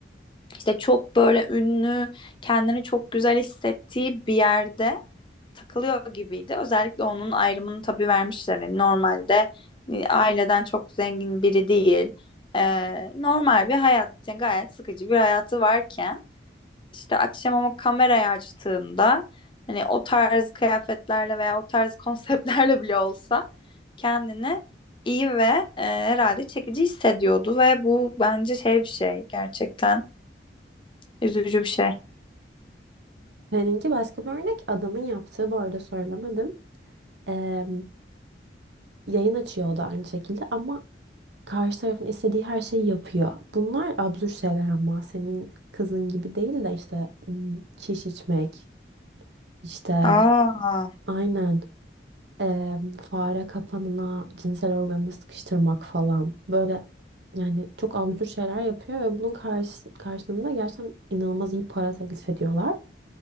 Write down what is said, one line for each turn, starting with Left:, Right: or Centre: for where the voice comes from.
Left: işte çok böyle ünlü, kendini çok güzel hissettiği bir yerde takılıyor gibiydi. Özellikle onun ayrımını tabii vermişler. Yani normalde e, aileden çok zengin biri değil. Ee, normal bir hayat, yani gayet sıkıcı bir hayatı varken işte akşam ama kamerayı açtığında hani o tarz kıyafetlerle veya o tarz <laughs> konseptlerle bile olsa kendini iyi ve e, herhalde çekici hissediyordu ve bu bence şey bir şey gerçekten üzücü bir şey.
Right: Seninki başka bir örnek. Adamın yaptığı bu arada söylemedim. E, yayın açıyordu aynı şekilde ama Karşı tarafın istediği her şeyi yapıyor. Bunlar absürt şeyler ama senin kızın gibi değil de işte hmm, çiş içmek, işte
Left: Aa,
Right: aynen eee, fare kapanına cinsel organını sıkıştırmak falan. Böyle yani çok absürt şeyler yapıyor ve bunun karşı, karşılığında gerçekten inanılmaz iyi para teklif ediyorlar.